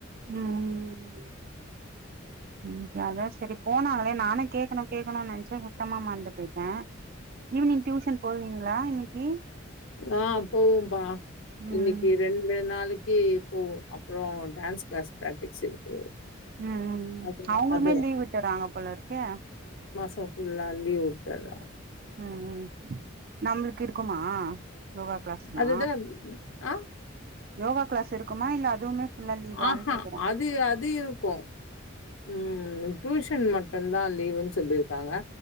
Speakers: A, on the right; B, on the left.
A: ம் ம் ம் ம் அதான் சரி போனாங்களே நானே கேக்கணும் கேக்கணும்னு நெனைச்சேன் சுத்தமா மறந்து போயிட்டேன் ஈவினிங் டியூஷன் போவீங்களா இன்னை நீ
B: ஆங் போவும்பா
A: ம்
B: இன்னைக்கி ரெண்டு நாளைக் இன்னைக்கி போவோம் அப்பறம் டான்ஸ் கிளாஸ் பிராக்டிஸ் இருக்கு
A: ம் ம் ம்
B: அது
A: அவங்களுமே
B: அது
A: லீவ் விட்டுறாங்க போலருக்கே
B: இப்ப புல்லா லீவு வுட்டுறாங்க
A: ம் ம் நம்மளுக்கு இருக் இருக்குமா யோகா கிளாஸ்லா
B: அதுதான் ஆங்
A: யோகா கிளாஸ் இருக்குமா இல்ல அதுவுமே ஃபுல்லா லீவான்னு
B: ஆங்க
A: கேக்குறே
B: அது அது இருக்கும் ம் டியூஷன் மட்டும்தான் லீவுன்னு சொல்லிரு இருக்காங்க